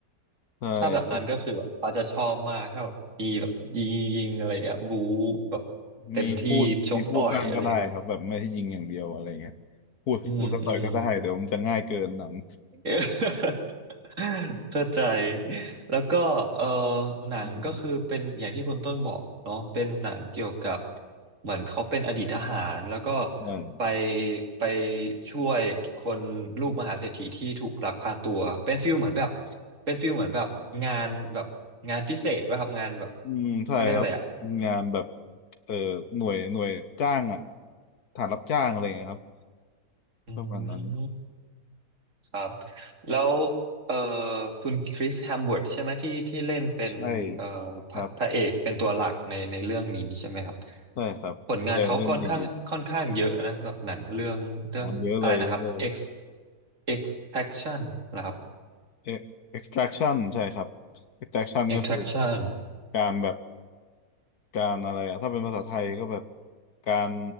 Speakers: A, on the left; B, on the right.
A: ใช่
B: ถ้าแบบนั้นก็คือแบบป้าจะชอบมากถ้าแบบมีแบบยิงยิงอะไรอย่างเงี้ยบู๊แบบเต็มที่ชกต่อยอะไรเงี้ยครับ
A: มีพูดมีพูดบ้างก็ได้ครับแบบไม่ให้ยิงอย่างเดียวอะไรเงี้ยพูดพูดสักหน่อยก็ได้เดี๋ยวมันจะง่ายเกินหนัง
B: อืมอืม <laughs> เออ <laughs> เข้าใจ แล้วก็เออหนังก็คือเป็นอย่างที่คุณต้นบอกเนาะเป็นหนังเกี่ยวกับ
A: อืม
B: เหมือนเขาเป็นอดีตทหารแล้วก็
A: ใช่
B: ไปไปช่วยคนลูกมหาเศรษฐีที่ถูกลักพาตัวเป็นฟิลเหมือนแบบเป็นฟิลเหมือนแบบงานแบบงานพิเศษป่ะครับงานแบบ
A: อืมใช่ครับ
B: เขาเรียกอะไรอ่ะ
A: งานแบบเอ่อหน่วยหน่วยจ้างอ่ะฐานรับจ้างอะไรเงี้ยครับ
B: อืม
A: ประมาณนั้น
B: ครับแล้วเอ่อคุณคริสแฮมเวิร์ดใช่ไหมที่ที่เล่นเป็นเอ่อพระพระเอกเป็นตัวหลักในในเรื่องนี้ใช่ไหมครับ
A: ใช่ครับใช่ครับแต่เล่นดีอยู่
B: ผลงานเขาค่อนข้างค่อนข้างเยอะนะแบบหนังเรื่องเรื่องอะไรนะครับ
A: อ๋อเยอะเลยเยอะเลย
B: X Extraction นะครับ
A: เอ็ก extraction ใช่ครับ extraction
B: Extraction
A: ก็คือแบบการแบบ การอะไรอะถ้าเป็นภาษาไทยก็แบบการ